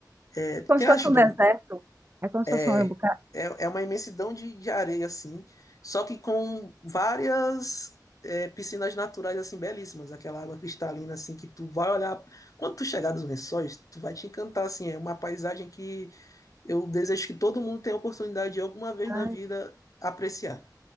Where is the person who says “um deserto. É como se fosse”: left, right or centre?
Right